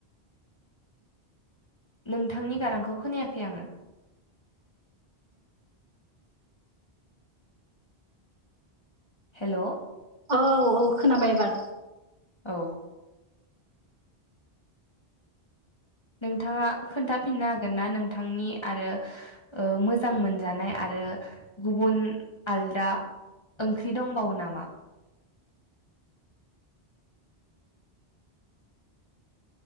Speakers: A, on the left (about 25°); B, on the right (about 45°).
A: नोंथांनि गारांखौ खोनायाखै आङो हेल'
B: औ औ खोनाबाय एबार
A: औ नोंथाङा खोन्थाफिननो हागोन ना नोंथांनि आरो मोजां ओ मोनजानाय आरो आरो गुबुन आलदा ओंख्रि दंबावो नामा